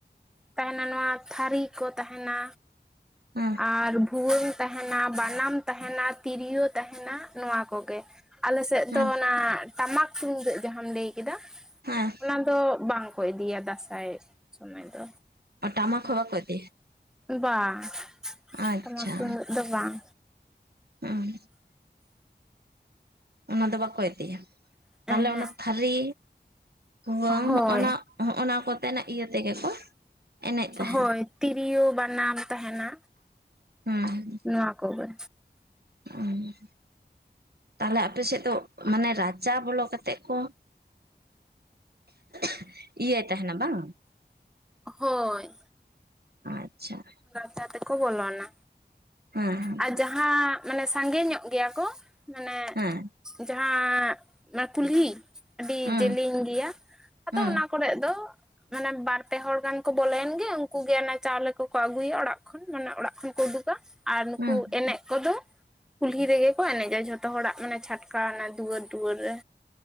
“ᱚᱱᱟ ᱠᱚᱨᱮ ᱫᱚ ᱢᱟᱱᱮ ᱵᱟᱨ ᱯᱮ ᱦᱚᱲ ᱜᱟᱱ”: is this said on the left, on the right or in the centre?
Centre